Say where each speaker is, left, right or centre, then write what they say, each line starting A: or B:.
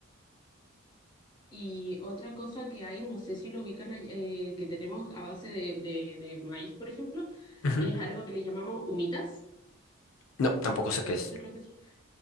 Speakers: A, on the left; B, on the left.
A: Y otra cosa que hay, no sé si lo ubican, ahí, eh, que tenemos a base de, de- de maíz, por ejemplo,
B: Ujú.
A: es algo que le llamamos humitas.
B: No, tampoco sé
A: ¿Conoces
B: qué es.
A: lo que es?